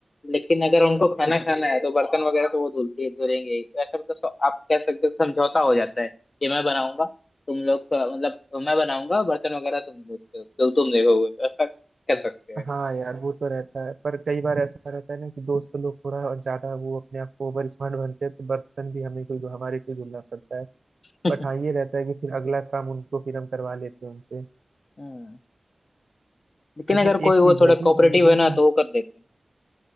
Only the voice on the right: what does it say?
हाँ यार वो तो रहता है पर कई बार ऐसा रहता है ना कि दोस्त लोग थोड़ा ज्यादा वो अपने आप को ओवर स्मार्ट बनते हैं तो बर्तन भी हमें कोई हमारे कोई धुलना पड़ता है
बट हाँ ये रहता है कि फिर अगला काम उनको फिर हम करवा लेते हैं उनसे
लेकिन
एक
चीज
है कि
मुझे
ना